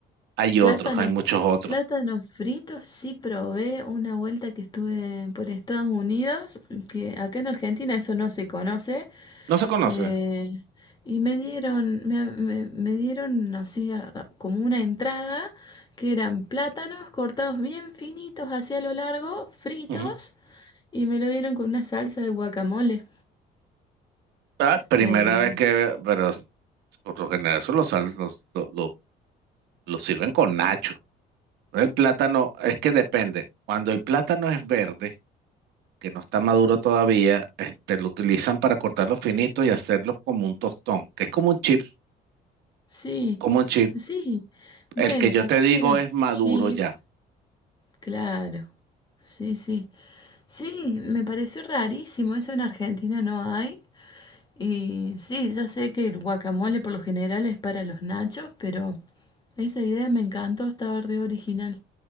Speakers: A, on the right; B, on the left.
A: Hay
B: Plátanos,
A: otros, hay muchos otros.
B: plátanos fritos, sí probé una vuelta que estuve por Estados Unidos, que acá en Argentina eso no se conoce,
A: No se conoce.
B: Eh, y me dieron, me, me- me dieron así a- a- como una entrada que eran plátanos cortados bien finitos hacia lo largo, fritos,
A: Ujú.
B: y me lo dieron con una salsa de guacamole.
A: Ah, primera
B: Eh,
A: vez que, pero por lo general eso lo, sal- lo, lo- lo- lo sirven con nacho. El plátano, es que depende. Cuando el plátano es verde, que no está maduro todavía, este, lo utilizan para cortarlo finito y hacerlo como un tostón, que es como un chip,
B: sí,
A: como un chip.
B: sí. Bueno,
A: El que yo
B: capaz
A: te digo
B: que era
A: es maduro
B: chip,
A: ya.
B: claro. Sí, sí. Sí, me pareció rarísimo, eso en Argentina no hay. Y sí, ya sé que el guacamole por lo general es para los nachos, pero Esa idea me encantó, estaba re original.